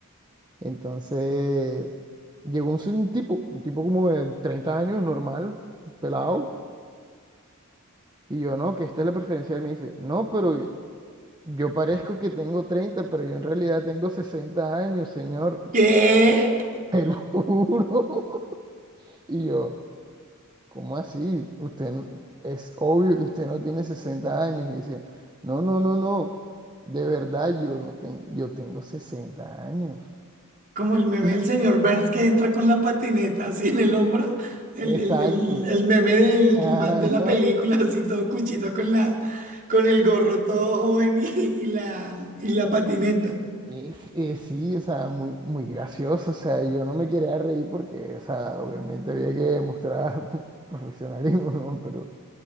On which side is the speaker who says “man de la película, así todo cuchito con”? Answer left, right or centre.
Right